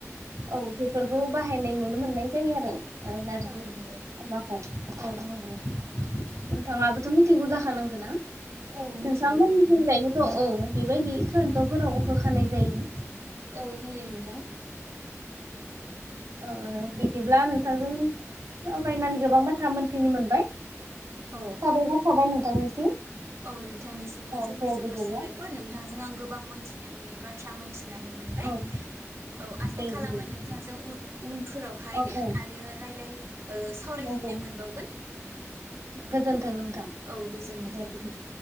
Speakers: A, on the right; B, on the right.
A: औ बेफोर बेखौ बाहायनाय नुनो मोननाय जायो आरो नारजि
B: औ नंगौ
A: अमाखौ औ नंगौ नोंथाङाबोथ' मिथिंगौ जाखानां ना
B: औ मिथिगौ
A: नोंथांमोननिथिंजायबोथ'
B: नोंथां
A: औ बेबायदि सान्दावफोराव होखानाय जायो
B: औ होयो नोंथां
A: ओ बिदिब्ला नोंथांजों सावरायनानै गोबां बाथ्रा मोनथिना मोनबाय
B: औ
A: साबायखर थाबाय नोंथां नोंथांनिसिम
B: औ नोंथांनिसिमबो
A: औ
B: जोबोर
A: दे
B: जोबोर
A: बिदिब्ला
B: साबायखर नोंथांजों आं गोबां मोनथिनो मोननि बाथ्रा मोनथिनानै मोनबाय
A: औ
B: औ आसा
A: दे
B: खालामो
A: बिदिब्ला
B: नोंथांजों उनफोरावहाय
A: औ औ
B: आरो रायलाय ओ सावरायफिननो
A: नंगौ
B: मोनबावगोन
A: गोजोन्थों नोंथां
B: औ गोजोननाय थाबाय
A: दे
B: नोंथां